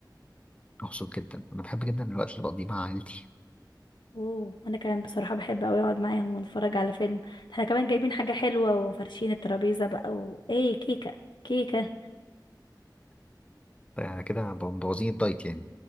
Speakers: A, on the left; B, on the left.
A: مبسوط جدا انا بحب جدا الوقت اللي بقضيه مع عائلتي
B: أوه وأنا كمان بصراحة بحب أوي أقعد معاهم ونتفرج على فيلم احنا كمان جايبين حاجة حلوة وفرشين الترابيزة بقى وإيه كيكة كيكة
A: ف- كده ب- مبوظين الدايت يعني